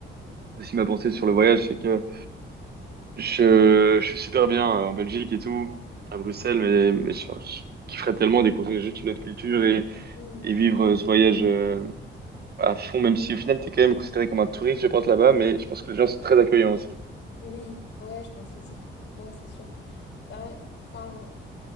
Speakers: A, on the right; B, on the left.
A: aussi ma pensée sur le voyage, c'est que je, je suis super bien euh, en Belgique et tout, à Bruxelles, mais, mais je, je kifferais tellement découvrir juste une autre culture et,
B: Mm.
A: et vivre euh, ce voyage euh, à fond, même si au final, t'es quand même considéré comme un touriste, je pense, là-bas, mais je pense que les gens sont très accueillants aussi.
B: Oui, ouais, je pense aussi. Non, c'est sûr. Ben, enfin,